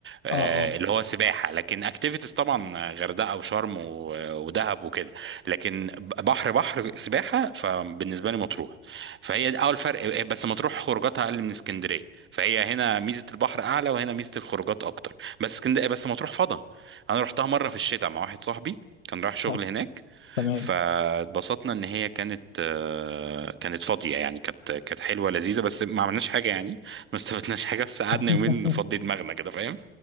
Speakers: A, on the right; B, on the left.
A: آه،
B: اه اه
A: اللي هو سباحه لكن اكتيفيتيز طبعا غردقه وشرم و- ودهب وكده لكن ب- بحر بحر سباحه فبالنسبه لي مطروح فهي ده اول فرق آه، بس مطروح خروجاتها اقل من اسكندريه فهي هنا ميزه البحر اعلى وهنا ميزه الخروجات اكتر بس اسكندريه بس مطروح فضا انا رحتها مره في الشتاء مع واحد صاحبي كان رايح شغل
B: آه،
A: هناك
B: تمام
A: فاتبسطنا ان هي كانت آه، كانت فاضيه يعني كانت كانت حلوه لذيذه بس ما عملناش حاجه يعني <laughs> ما استفدناش حاجه بس قعدنا
B: <laughs>
A: يومين نفضي دماغنا كده فاهم